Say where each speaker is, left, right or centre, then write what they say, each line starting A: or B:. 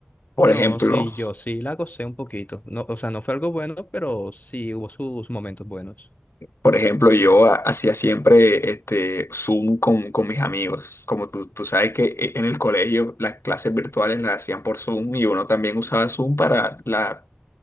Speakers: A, on the left; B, on the left.
A: Por
B: No,
A: ejemplo,
B: sí, yo sí la gocé un poquito. No, o sea, no fue algo bueno, pero sí hubo sus momentos buenos.
A: por ejemplo, yo ha- hacía siempre este Zoom con, con mis amigos. Como tú, tú sabes que e- en el colegio las clases virtuales las hacían por Zoom y uno también usaba Zoom para la-